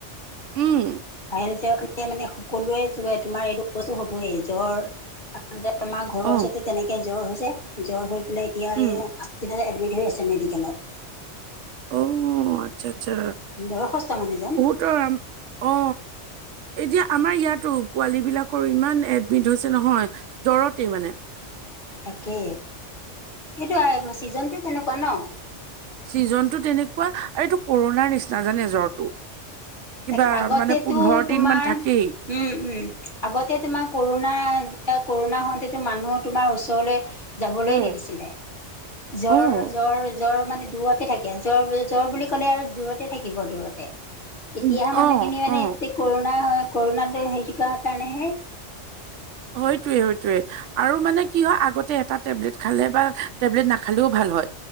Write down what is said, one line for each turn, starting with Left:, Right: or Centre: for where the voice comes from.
Right: উম,
Left: বাহ যোৱাে মানে সকলোৱে তোমাৰ এইটো বস্তু হবই জ্বৰ তাৰতে আমাৰ ঘৰৰ
Right: অ',
Left: ওচৰতে তেনেকে জ্বৰ হৈছে জ্বৰ হৈ পেলাই এতিয়া
Right: উম,
Left: এই এডমিট হৈ আছে মেডিকেলত
Right: অ আচ্ছা আচ্ছা।
Left: বয়স্ত মানুহ জন।
Right: ত অ, এতিয়া আমাৰ ইয়াতো পোৱালী বিলাকৰ ইমান এডমিট হৈছে নহয় জ্বৰতেই মানে
Left: তাকে সেইটো ছিজনটো তেনেকুৱা ন।
Right: ছিজন টো তেনেকুৱা আৰু এইটো কৰোণাৰ নিচিনা জানে জ্বৰটো। কিবা
Left: তাকে আগতেতো
Right: মানে পোন্ধৰ
Left: তোমাৰ
Right: দিন মান থাকেই।
Left: উম উম আগতে তোমাৰ কৰুণা কৰুণা হওঁতেতো মানুহ তোমাৰ ওচৰলে। যাবলে
Right: উম
Left: নিদিছিলে জ্বৰ
Right: উম
Left: জ্বৰ জ্বৰ মানে। দূৰতে থাকে জ্বৰ জ্বৰ বুলি ক'লে আৰু দূৰতে থাকিব দূৰতে। এতিয়াহে
Right: উম,
Left: মানুহখিনি
Right: অ
Left: মানে
Right: অ
Left: কৰুণা কৰুণাত হে কাৰণেহে,
Right: হয়তোৱে হয়তোৱে। আৰু মানে কি হয় আগতে এটা টেবলেট খালে বা টেবলেট নাখালেও ভাল হয়।